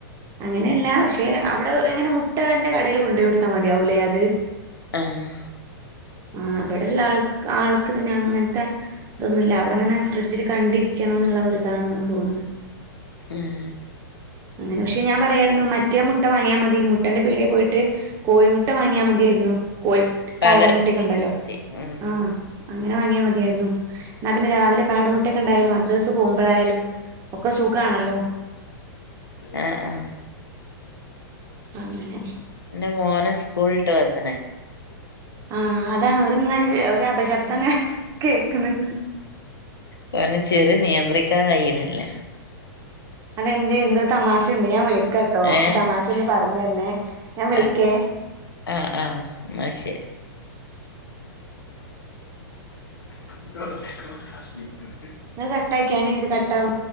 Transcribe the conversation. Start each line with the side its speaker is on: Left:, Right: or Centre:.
Right: അങ്ങനെല്ല പക്ഷെ അവിടെ ഒ എങ്ങനെ മുട്ട അവന്റെ കടയില് കൊണ്ടകൊടുത്താ മതിയാവൂലെ അത്
Left: ആഹ്
Right: ആ ഇവിടെള്ള ആൾക്ക് ആൾക്ക് പിന്നെ അങ്ങനത്തെ ഇതൊന്നൂല്ല അവിടെങ്ങനെ ഫ്രിഡ്ജില് കണ്ടിരിക്കണം ന്നുള്ള ഒരിതാണ്ന്ന് തോന്ന്ണ്
Left: ഉം
Right: അങ്ങനെ പക്ഷെ ഞാൻ പറയാരുന്നു മറ്റേ മുട്ട വാങ്ങിയാ മതി മുട്ടന്റെ പീട്യേ പോയിട്ട് കോയിമുട്ട വാങ്ങിയാ മതിയാരുന്നു കോയി
Left: പകരം
Right: കാടമുട്ടെക്കെ ഉണ്ടല്ലോ
Left: ഉം
Right: ആ അങ്ങനെ വാങ്ങിയാ മതിയാരുന്നു എന്നാ പിന്നെ രാവിലെ കാ ട്ടക്കെണ്ടായാലും മദ്രാസ് പോകുമ്പോഴായാലും ഒക്കെ സുഖാണല്ലോ
Left: ആ ആ
Right: അങ്ങനെ
Left: ഇന്റെ മോനെ സ്കൂളിട്ട് വന്ന്ണ്
Right: ആ അതാണ് അവരിങ്ങെശേ ഒരപശബ്ദങ്ങനെ കേക്ക്ണ് ണ്ട്
Left: കാരണം ചിരി നിയന്ത്രിക്കാൻ കഴിയിണില്ല
Right: അതെന്തേ എന്തോ തമാശുണ്ട് ഞാൻ വിളിക്കാട്ടോ
Left: ഏ
Right: ആ തമാശ ഒന്ന് പറഞ്ഞു തരണേ ഞാൻ വിളിക്കേ
Left: ആ ആ ആ ഇന്നാ ശരി സ്
Right: നിങ്ങള് കെട്ടയ്ക്കാണീ ഇത് കെട്ടാവ്